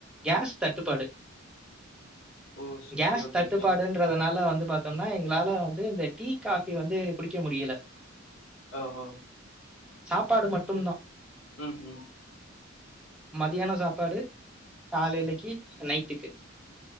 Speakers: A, in the centre; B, on the left.
A: கேஸ் தட்டுப்பாடு
B: ஓ
A: கேஸ்
B: ஓகே ஓகே
A: தட்டுப்பாடுன்றதுனால
B: ஓகே
A: வந்து பாத்தோன் னா எங்களால வந்து இந்த டீ காஃபி வந்து குடிக்க முடியல
B: ஓஹோ
A: சாப்பாடு மட்டும் தா
B: உம் உம்
A: மதியானோ சாப்பாடு காலைலைக்கி நைட்டுக்கு